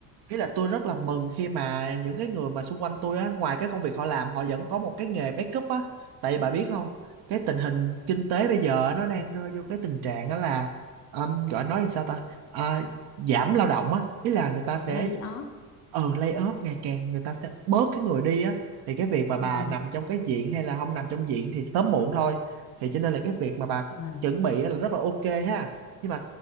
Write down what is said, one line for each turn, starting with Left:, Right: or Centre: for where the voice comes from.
Right: ý là tôi rất là mừng khi mà những cái người mà xung quanh tôi á ngoài cái công việc họ làm họ vẫn có một cái nghề backup á tại vì bà biết không cái tình hình kinh tế bây giờ
Left: Ừ.
Right: nó đang rơi vô cái tình trạng á là um, gọi nói gì sao ta À, giảm lao động á ý là người ta sẽ
Left: lay off
Right: ừ lay off ngày càng người ta sẽ bớt cái người đi á thì cái việc mà bà
Left: ừ
Right: nằm trong cái diện hay là không nằm trong diện thì sớm muộn thôi thì cho nên là cái việc mà bà
Left: Đúng rồi.
Right: chuẩn bị á là rất là ok ha nhưng mà